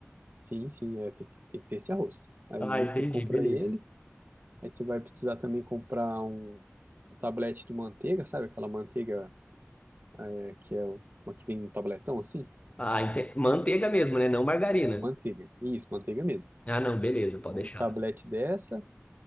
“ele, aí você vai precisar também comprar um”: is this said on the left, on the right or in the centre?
Right